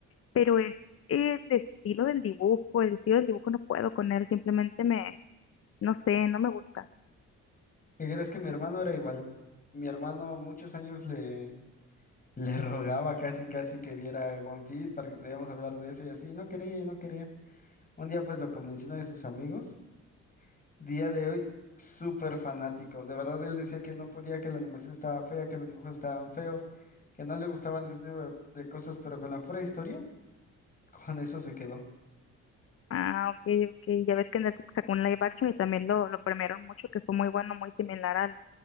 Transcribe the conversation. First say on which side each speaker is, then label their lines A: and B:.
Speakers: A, on the left; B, on the left.
A: pero es el estilo del dibujo, el estilo del dibujo no puedo con él, simplemente me, no sé, no me gusta.
B: ¿Qué crees que mi hermano era igual? Mi hermano muchos años le, <laughs> le rogaba casi casi que viera One Piece para que pudiéramos hablar de eso y así. y no quería y no quería. Un día pues lo convenció uno de sus amigos Día de hoy, súper fanático. De verdad, él decía que no podía, que la animación estaba fea, que los dibujos estaban feos, que no le gustaban ese tipo de, de cosas, pero con la pura historia, <laughs> con eso se quedó.
A: Ah, ok, ok. Ya ves que Netflix sacó un live action y también lo, lo premiaron mucho, que fue muy bueno, muy similar al,